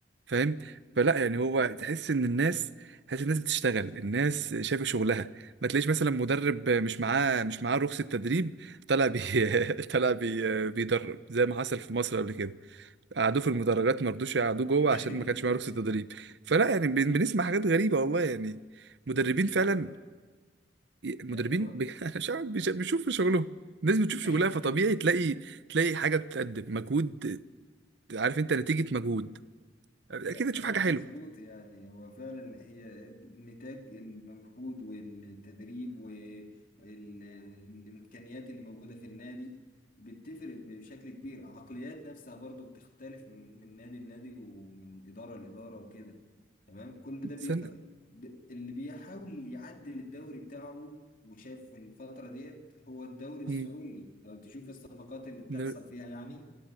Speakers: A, on the right; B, on the left.
A: فاهم فلا يعني هو تحس ان الناس تحس الناس بتشتغل الناس شايفه شغلها ما تلاقيش مثلا مدرب مش معاه مش معاه رخصة تدريب طلع بي <laughs> طلع بي بيدرب زي ما حصل في مصر قبل كده قعدوه في المدرجات ما رضوش يقعدوه جوه
B: <laughs>
A: عشان ما كانش معاه رخصة تدريب فلا يعني بن- بنسمع حاجات غريبة والله يعني مدربين
B: بالظبط
A: فعلا مدربين
B: يعني هو
A: بي... <laughs> أنا مش عارف بيش- بيشوفوا شغلهم الناس بتشوف
B: <laughs>
A: شغلها فطبيعي تلاقي تلاقي حاجة بتقدم مجهود عارف انت نتيجة مجهود اكيد
B: كلا- كلامك
A: هتشوف حاجة حلوة
B: مظبوط يعني هو فعلا هي نتاج المجهود والتدريب والإمكانيات اللي موجودة في النادي بتفرق بشكل كبير عقليات نفسها برضو بتختلف من من نادي لنادي ومن إدارة لإدارة وكده تمام كل ده بيفرق
A: استنى
B: ب- اللي بيحاول يعدل الدوري بتاعه وشاف الفترة ديت هو الدوري السعودي
A: مم.
B: لو تشوف الصفقات اللي بتحصل
A: الدوري
B: فيها يعني